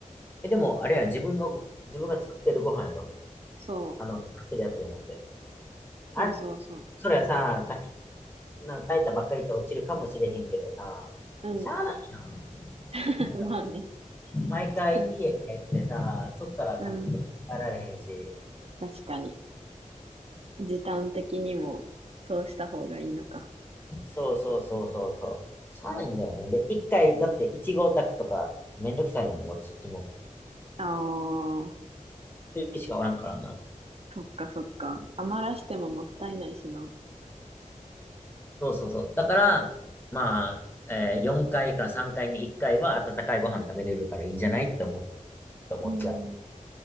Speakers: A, on the left (about 15°); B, on the right (about 50°).
A: え、でも、あれやん、自分がご、自分が作ってるご飯やろ
B: そ
A: あの、買ってるやつじゃなくて。
B: う。そうそうそう。
A: あ、そりゃさ、炊き、な、炊いたばっかりと落ちるかもしれへんけどさ、
B: うん。
A: しゃあないや
B: <laughs>
A: ん。なんか、
B: まあね。
A: 毎回家帰ってさ、
B: うん。
A: そっから炊くとか帰られへんし、
B: うん。確かに。時短的にもそうした方がいいのか。
A: そうそうそうそうそう。しゃあないんだよね。で、一回、だって1号宅とかめんどくさいよ、もうそっちも。
B: ああ、
A: 一人しかおらんからな。
B: そっかそっか。余らしてももったいないしな。
A: そうそうそう。だから、まあ、え4回か3回に1回は温かいご飯食べれるからいいんじゃないって思っ、って思っちゃう。
B: うん、